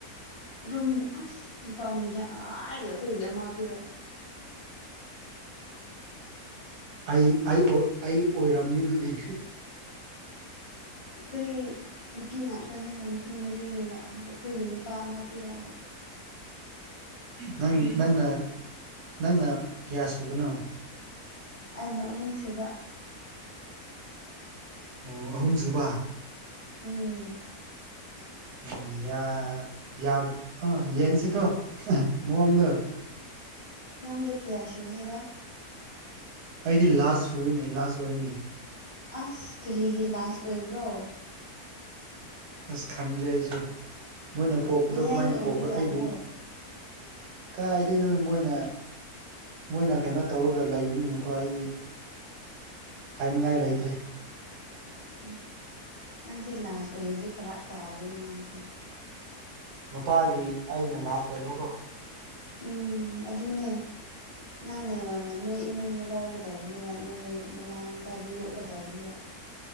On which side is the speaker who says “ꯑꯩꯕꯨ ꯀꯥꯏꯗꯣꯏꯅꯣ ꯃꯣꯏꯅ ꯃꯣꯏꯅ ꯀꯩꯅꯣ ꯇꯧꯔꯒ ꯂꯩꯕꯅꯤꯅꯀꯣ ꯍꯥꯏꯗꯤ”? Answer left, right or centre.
Right